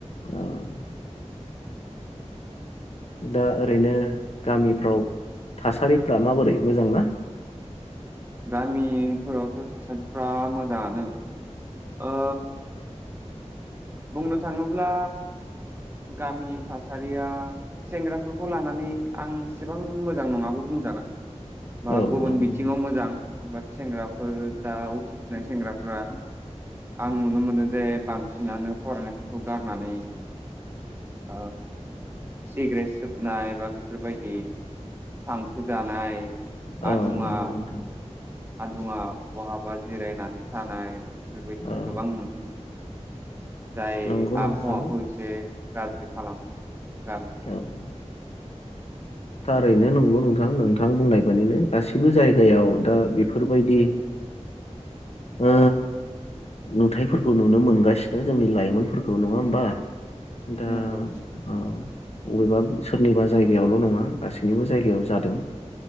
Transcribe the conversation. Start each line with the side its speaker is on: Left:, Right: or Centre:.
Left: औ दा ओरैनो गामिफ्राव थासारिफ्रा माबोरै मोजांना
Right: गामिफोरावथ थासारिफ्रा मोजाङानो ओ बुंनो थाङोब्ला गामिनि थासारिया सेंग्राफोरखौ लानानै आं एसेबां मोजां नङाबो बुंजागोन बा
Left: औ
Right: गुबुन
Left: नंगौ
Right: बिथिङाव मोजांय सेंग्राफोर दा उथिफुनाय सेंग्राफोरा आं नुनो मोनो जे बांसिनानो फरायनायफोरखौ गारनानै ओ सिग्रेट सोबनाय बा बेफोरबायदि थांफु जानाय
Left: औ
Right: आदुङा
Left: नंगौ नोंथां
Right: आदुङा बहाबा जिरायनानै थानाय बेफोरबायदि
Left: औ
Right: गोबां नुनो मोनो जाय
Left: नंगौ
Right: आबहावाखौ
Left: नोंथां
Right: एसे गाज्रि खालामो गामिनि
Left: ज <unintelligible> थारैनो नंगौ नोंथां नोंथां बुंनाय बादिनो गासिबो जायगायाव दा बेफोरबायदि ओ नुथायफोरखौ नुनो मोनगासिनो जोंनि लाइमोनफोरखौ नङा होनबा दा
Right: नंगौ नंगौ
Left: औ अबेबा सोरनिबा जायगायावल नङा गासैनिबो जायगायाव जादों